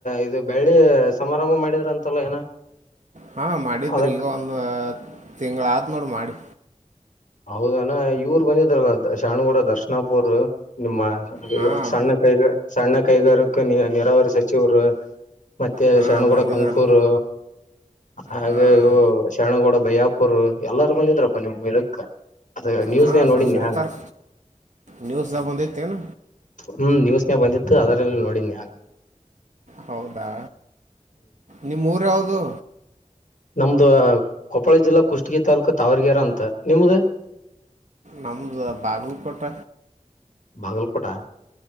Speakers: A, on the left (about 80°); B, on the right (about 70°).
A: ಇದು. ಬೆಳ್ಳಿ ಸಮಾರಂಭ ಮಾಡಿದ್ರಂತಲ್ಲ ಏನ.
B: ಹಾ ಮಾಡಿದ್ರ್
A: ಅದಕ್
B: ಈಗ ಒಂದು ತಿಂಗಳ ಆ ನೋಡ್ ಮಾಡಿ.
A: ಹೌದನ ಇವರು ಬಂದಿದ್ರಲ್ಲ ಶಾಣುಗೂಡ ದರ್ಶನಪ್ಪಾವ್ರು ನಿಮ್ಮ.
B: ಹಾಂ
A: ಸಣ್ಣ ಕೈಗ ಸಣ್ಣ ಕೈಗಾರಕ್ಕೆ ನಿ ನಿರಾವರಿ ಸಚಿವ್ರ. ಮತ್ತೆ
B: ಹಾಂ
A: ಶರಣಗೋಡ
B: ಬಂದಿದ್ರಲ್ಲ
A: ಕಂಕೂರು ಹಾಗ
B: ಹಾಂ
A: ಇವು ಶರಣಗೋಡ ಬಯಾಪ್ ವ್ರು ಎಲ್ಲಾರ ಬಂದಿದ್ರಪ್ಪ ನಿಮ್ ಇದಕ್. ಅದ ನ್ಯೂಸ್ನೇ
B: ಹಾ
A: ನೋಡಿನಿ
B: ಬಂದಿರ್ತಾರ್
A: ನಾನ್
B: ನ್ಯೂಸ್ದಾಗ್ ಬಂದಿತ್ ಏನ.
A: ಹ್ಮ್ ನ್ಯೂಸ್ನೇ ಬಂದಿತ್ತು ಅದರಲ್ಲಿ ನೋಡಿದ್ನ್ಯಾನ.
B: ಹೌದಾ ನಿಮ್ಮೂರ ಯಾವ್ದು.
A: ನಮ್ದ ಕೊಪ್ಪಳ ಜಿಲ್ಲಾ ಕುಷ್ಟಗೀ ತಾಲೂಕ ತಾವರ್ಗೇರ ಅಂತ ನಿಮ್ದ.
B: ನಮ್ದು ಬಾಗಲ್ಕೋಟ.
A: ಬಾಗಲ್ಕೋಟಾ